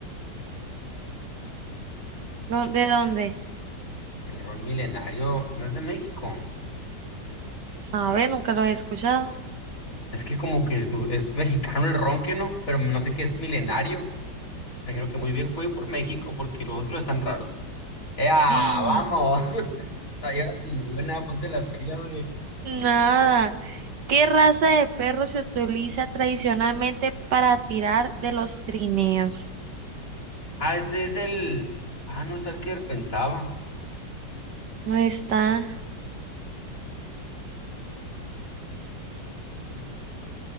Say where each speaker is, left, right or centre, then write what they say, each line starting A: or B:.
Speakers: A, on the right; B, on the left.
A: ¿Dó- ¿De dónde?
B: El ron milenario no es de México.
A: A ver, nunca lo he escuchado.
B: Es que como que es, du- es mexicano el ron, que no? Pero no sé qué es milenario. Me creo que muy bien voy por México porque los otros están raros. ¡Ea!
A: <gasps>
B: ¡Vamos! <laughs> No llevas ninguna, ponte la pila, güey.
A: Nada. ¿Qué raza de perro se utiliza tradicionalmente para tirar de los trineos?
B: Ah, este es el. Ah, no, está el que pensaba.
A: No está.